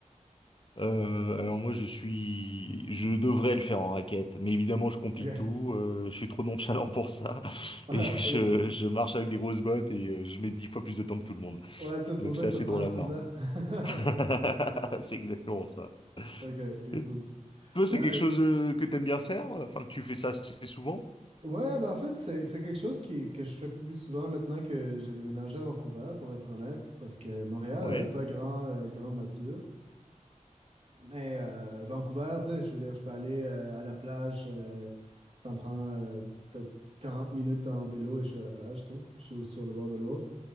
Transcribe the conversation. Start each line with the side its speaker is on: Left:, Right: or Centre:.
Left: Euh, alors moi je suis, je devrais le faire en raquette, mais évidemment je complique
Right: Ok. <laughs>
Left: tout. euh, je suis trop nonchalant pour ça <laughs>
Right: Ah,
Left: et je,
Right: ok.
Left: je marche avec des grosses bottes et euh, je mets dix fois plus de temps que tout le monde.
Right: Ouais, ça, c'est
Left: Donc
Right: pour ça
Left: c'est
Right: que
Left: assez
Right: ça te prend
Left: drôle
Right: 6
Left: à voir.
Right: heures. <laughs>
Left: <laughs> C'est exactement ça.
Right: Ok, ok,
Left: Et
Right: cool.
Left: toi c'est
Right: Ouais.
Left: quelque chose euh, que t'aimes bien faire, enfin que tu fais ça assez souvent?
Right: Ouais, ben en fait, c'est c'est quelque chose qui, que je fais plus, plus souvent maintenant que j'ai déménagé à Vancouver, pour être honnête, parce que Montréal
Left: Ouais.
Right: avait pas grand, euh, grande nature. Mais euh, Vancouver, tu sais, je veux dire, je peux aller euh, à la plage, euh, ça me prend euh, peut-être 40 minutes en vélo et je suis à la plage, tu sais. Je suis sur le bord de l'eau.